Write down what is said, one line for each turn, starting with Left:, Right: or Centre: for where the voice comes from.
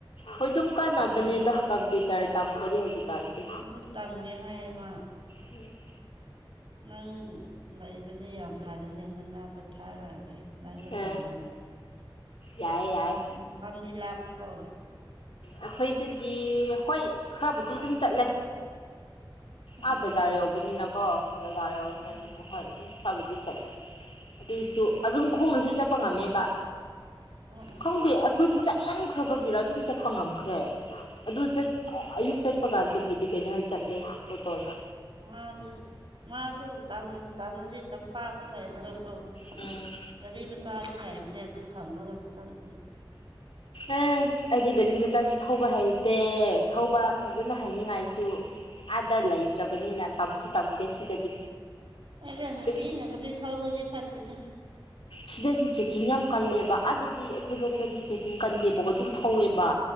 Left: ꯍꯣꯏ ꯑꯗꯨꯝ ꯀꯥꯟꯅꯕꯅꯦꯗ
Right: ꯅꯪ
Left: ꯀꯝꯄꯨꯇꯔ ꯇꯝꯕꯗꯤ ꯍꯧꯖꯤꯛꯀꯥꯟꯗꯤ
Right: ꯑꯗꯨ ꯇꯝꯒꯦ ꯍꯥꯏꯌꯦ ꯃꯥ
Left: ꯎꯝ
Right: ꯅꯪ ꯂꯩꯕꯗꯤ ꯌꯥꯝ ꯐꯔꯦꯅꯦ ꯅꯅꯥꯛꯇ ꯊꯥꯔꯛꯑꯒꯦ ꯅꯪꯒ
Left: ꯑ
Right: ꯇꯝꯃꯤꯟꯅꯔꯣ
Left: ꯌꯥꯏꯌꯦ ꯌꯥꯏ
Right: ꯃꯐꯝꯗꯤ ꯂꯥꯞꯄ꯭ꯔꯣ
Left: ꯑꯩꯈꯣꯏꯗꯒꯤ ꯍꯣꯏ ꯈꯔꯕꯨꯗꯤ ꯑꯗꯨꯝ ꯆꯠꯂꯦ
Right: ꯎꯝ
Left: ꯑꯥ ꯕꯖꯥꯔ ꯌꯧꯕꯅꯤꯅꯀꯣ ꯕꯖꯥꯔ ꯌꯧꯔꯕꯅꯤꯅ
Right: ꯎꯝ
Left: <unintelligible> ꯍꯣꯏ ꯑꯗꯨꯝ ꯈꯔꯕꯨꯗꯤ ꯆꯠꯂꯦ ꯑꯗꯨꯁꯨ ꯑꯗꯨꯝ ꯈꯣꯡꯅꯁꯨ ꯆꯠꯄ ꯉꯝꯃꯦꯕ
Right: ꯎꯝ ꯎꯝ
Left: ꯈꯪꯗꯦ ꯑꯩꯈꯣꯏꯗꯤ ꯆꯠ ꯃꯟꯈ꯭ꯔꯕꯒꯤꯔꯥ ꯑꯗꯨꯝ ꯆꯠꯄ ꯉꯝꯈ꯭ꯔꯦ ꯑꯗꯨ ꯆꯠ ꯑꯌꯨꯛ ꯆꯠꯄ ꯀꯥꯟꯗꯕꯨꯗꯤ ꯀꯩꯅꯣꯗ ꯆꯠꯂꯦ ꯑꯣꯇꯣꯅꯥ
Right: ꯃꯥꯗꯤ ꯃꯥꯁꯨ ꯇꯝ ꯇꯝꯔꯗꯤ ꯇꯝꯄꯥꯛꯇ ꯂꯩꯔꯒꯀꯣ
Left: ꯎꯝ
Right: ꯒꯥꯔꯤ ꯃꯆꯥꯗꯤ ꯂꯩꯕꯅꯦ ꯑꯗꯨ ꯇꯝꯃꯒ ꯆꯠꯂꯗꯤ
Left: ꯑꯦ ꯑꯩꯗꯤ ꯒꯥꯔꯤ ꯃꯆꯥꯁꯨ ꯊꯧꯕ ꯍꯩꯇꯦ ꯊꯧꯕ ꯐꯖꯅ ꯍꯩꯅꯤꯡꯉꯥꯏꯁꯨ ꯑꯥꯗ ꯂꯩꯇ꯭ꯔꯕꯅꯤꯅ ꯇꯝꯁꯨ ꯇꯝꯗꯦ ꯁꯤꯗꯗꯤ
Right: ꯍꫭꯏꯗꯥ
Left: ꯁꯤꯗ
Right: ꯅꯨꯄꯤꯅ ꯒꯥꯔꯤ ꯊꯧꯕꯗꯤ ꯐꯠꯇꯦꯗ
Left: ꯁꯤꯗꯗꯤ ꯆꯦꯛꯀꯤꯡ ꯌꯥꯝ ꯀꯜꯂꯦꯕ ꯑꯗꯗꯤ ꯁꯤ ꯑꯩꯈꯣꯏ ꯔꫭꯝꯗꯗꯤ ꯆꯦꯛꯀꯤꯡ ꯀꯟꯗꯦꯕꯀꯣ ꯑꯗꯨꯝ ꯊꯧꯋꯦꯕ